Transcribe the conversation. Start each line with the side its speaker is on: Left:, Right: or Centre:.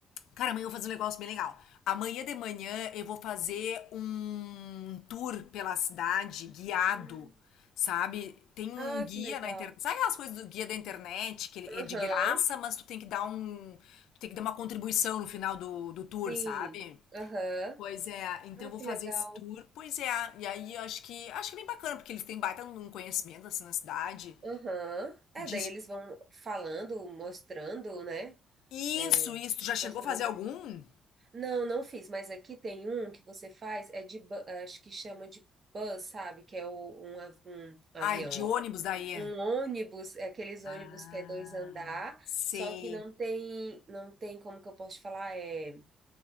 Left: Cara, amanhã eu vou fazer um negócio bem legal. Amanhã de manhã eu vou fazer um tour pela cidade guiado,
Right: Hum.
Left: sabe? Tem um
Right: Ah,
Left: guia
Right: que legal.
Left: na internet. Sabe aquelas coisas do guia da internet, que ele é
Right: Aham,
Left: de graça, mas tu tem que dar um. Tu tem que dar uma contribuição no final do, do tour,
Right: sim.
Left: sabe?
Right: Aham,
Left: Pois é, então
Right: Ah,
Left: eu vou
Right: que
Left: fazer
Right: legal.
Left: esse tour. Pois é, e aí eu acho que acho que é bem bacana, porque eles têm baita um conhecimento assim na cidade.
Right: aham. É,
Left: Diz...
Right: daí eles vão falando, mostrando, né?
Left: Isso,
Right: É,
Left: isso. Tu já chegou
Right: mostrando.
Left: a fazer algum?
Right: Não, não fiz, mas aqui tem um que você faz, é de, bu- acho que chama de bus, sabe? Que é o, um, av- um avião,
Left: Ai, de
Right: ó.
Left: ônibus daí.
Right: Um ônibus, é aqueles
Left: Ah,
Right: ônibus que é dois andar,
Left: sei,
Right: só que não tem, não tem, como que eu posso te falar? é